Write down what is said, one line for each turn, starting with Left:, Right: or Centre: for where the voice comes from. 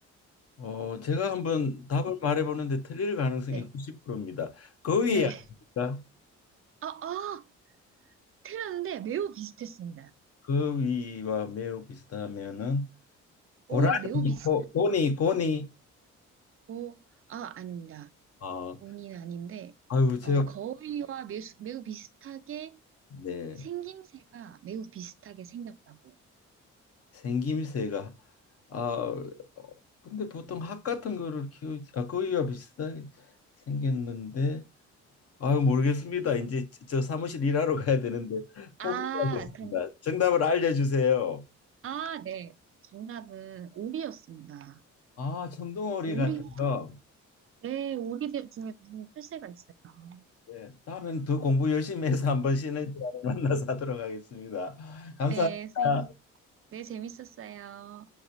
Left: 어, 제가 한번 답을 말해보는데 틀릴 가능성이
Right: 네,
Left: 90%입니다. 거위
Right: 네.
Left: 아닙니까?
Right: 아, 아! 틀렸는데 매우 비슷했습니다.
Left: 거위와 매우 비슷하면은 고라니,
Right: 오이와 매우 비슷
Left: 고, 고니, 고니.
Right: 고, 아, 아닙니다.
Left: 아,
Right: 곤인 아닌데,
Left: 아유, 제가
Right: 어, 거위와 매우, 매우 비슷하게
Left: 네
Right: 생김새가 매우 비슷하게 생겼다고.
Left: 생김새가 아 어, 근데 보통 학 같은 거를 키우지 아 거위와 비슷하게 생겼는데 아유, 모르겠습니다. 이제 저 사무실 일하러 가야 되는데 포기하겠습니다.
Right: 아, 그럼,
Left: 정답을 알려주세요.
Right: 아, 네. 정답은 오리였습니다.
Left: 아, 천둥오리
Right: 오리?
Left: 같은 거.
Right: 네, 오리들 중에 무슨 펼새가 있어요.
Left: 예, 다음에는 더 공부 열심히 해서 한번 쉬는 시간에 <laughs> 만나서 하도록 하겠습니다. 감사합니다.
Right: 네, 쌤. 네, 재밌었어요.